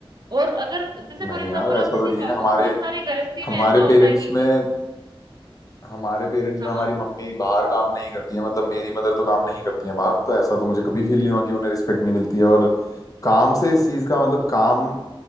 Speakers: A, on the right; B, on the left.
A: और अगर जैसे फॉर
B: नहीं
A: एग्जांपल
B: यार
A: आपने
B: ऐसा तो नहीं
A: देखा होगा
B: है हमारे
A: बहुत सारे गृहस्थी
B: हमारे
A: में ऐसा होता
B: पेरेंट्स
A: है कि
B: में
A: ग...
B: हमारे पेरेंट्स
A: हाँ
B: में
A: हाँ
B: हमारी मम्मी बाहर काम नहीं करती है मतलब मेरी मदर तो काम नहीं करती है बाहर तो ऐसा तो मुझे कभी फील नहीं हुआ कि उन्हें रिस्पेक्ट नहीं मिलती है और काम से इस चीज का मतलब काम अ,